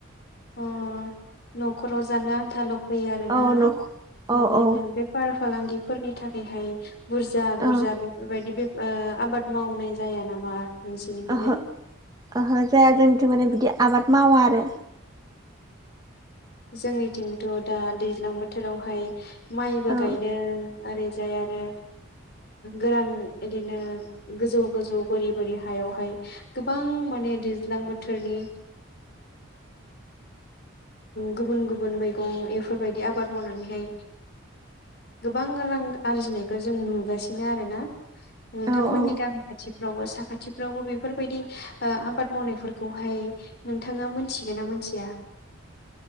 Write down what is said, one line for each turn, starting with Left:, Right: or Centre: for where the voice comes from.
Left: अ न'खराव जानो आन्थाल' फैयो आरोना
Right: औ नख
Left: बि
Right: औ
Left: दिनो
Right: औ
Left: बे बेफार फालांगिफोरनि थाखायहाय बुरजा बुरजा
Right: औ
Left: बेफोरबायदि बे आबाद मावनाय जाया नामा नोंसिनिखैजाय
Right: ओहो ओहो जाया जोंथ' माने बिदि आबाद मावा आरो
Left: जोंनिथिंथ' दा दैज्लां बोथोरावहाय माइबो
Right: औ
Left: गायदों ओरैजाय आरो गोरान बिदिनो गोजौ गोजौ बोरि बोरि हायावहाय गोबां माने दैज्लां बोथोरनि गुबुन गुबुन मैगं बेफोरबायदि आबाद मावनानैहाय गोबां रां आरजिनायखौ जों नुगासिनो आरोना नोंथांमोननि
Right: औ औ
Left: गामि खाथि फोरावबो साखाथिफ्रावबो बेफोरबायदि आबाद मावनायफोरखौहाय नोंथाङा मिथिगोना मिथिया